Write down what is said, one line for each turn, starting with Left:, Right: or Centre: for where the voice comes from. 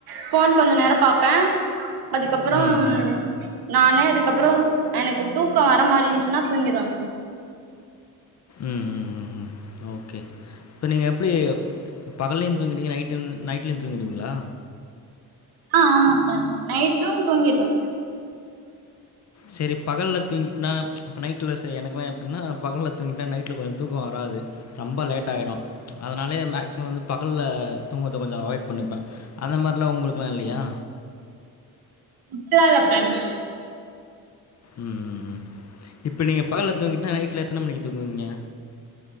Right: ஃபோன் கொஞ்ச நேரோ பாப்பே அதுக்கப்புறம்
Left: ம்ஹ்ம்.
Right: நானே அதுக்கப்பறோ எனக்கு தூக்கோ வர மாறி இருச்சுன்னா தூங்கிருவே
Left: ம் ம் ம் ம் ஓகே இப்போ நீங்க எப்டி பகலையு தூங்கிடுவீங்க நைட் நைட்லயு தூங்கிடுவீங்களா
Right: ஆ ஆமா ப்ரெண்ட் நைட்டு தூங்கடுவே
Left: செரி பகல்ல தூங்கிட்னா ச் நைட்டில ச எனக்குலா எப்டின்னா பகல்ல தூங்கிட்னா நைட்டில கொஞ்சோ தூக்கோ வராது ரெம்ப லேட் ஆயிடு ச் அதனாலயே மேக்சிமம் வந்து பகல தூங்குரது கொஞ்சோ அவாய்ட் பண்ணிப்பே அத மாரில்லா உங்களுக்கெல்லா இல்லையா
Right: அப்டிலா இல்ல ப்ரெண்ட்
Left: ம் ம் ம் இப்போ நீங்க பகல தூங்கிட்டனா நைட்ல எத்தன மணிக்கு தூங்குவீங்க